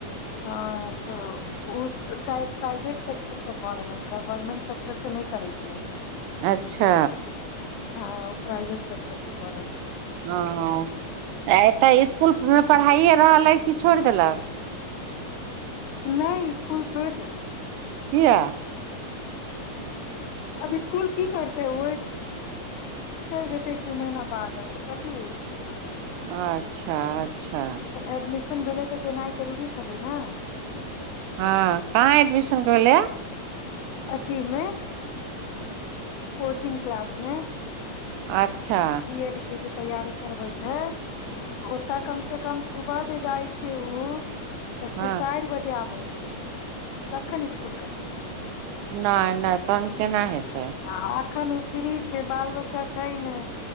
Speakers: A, on the left; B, on the right.
A: हँ तऽ उ शायद प्राइवेट सेक्टर से कऽ रहलै हँ गवर्मेंट सेक्टर से नै करै छै ओ
B: अच्छा
A: हँ ओ प्राइवेट सेक्टर से कऽ रहलै।
B: ओ आ एतऽ इस्कुलमे पढ़ाइये रहल अइ कि छोड़ि देलक।
A: नै इस्कुल छोड़ि देलक।
B: किया?
A: अब स्कूल की करत ओ इस चलि जेतै एक दू महीना बाद अब तऽ कथी ओय इस्कुल पढ़े
B: अच्छा अच्छा
A: एडमिशन भेलै तऽ जेनाइ जरूरी छलै ने।
B: हँ कहाँ एडमिशनके भेलैया।
A: अथीमे कोचिंग क्लास मे।
B: अच्छा
A: बी एड के जे तैयारी करबै छै। ओतय कम से कम सुबह जे जाइ छै उ तऽ से
B: हँ
A: चारि बजे आबै छै कखन इस्कुल करबै।
B: नय नय तहन केना हेतै।
A: आ एखन उ फ्री छै बाल बच्चा छै नै